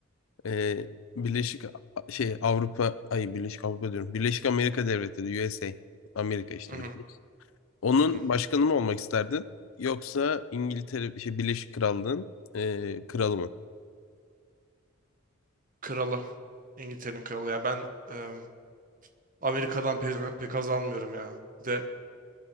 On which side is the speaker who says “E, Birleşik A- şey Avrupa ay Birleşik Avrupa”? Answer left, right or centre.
Left